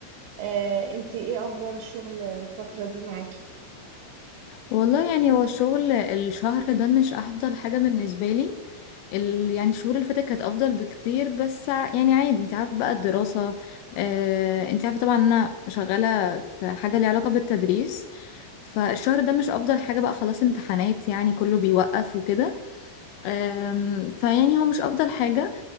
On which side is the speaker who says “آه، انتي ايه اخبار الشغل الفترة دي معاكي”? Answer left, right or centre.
Right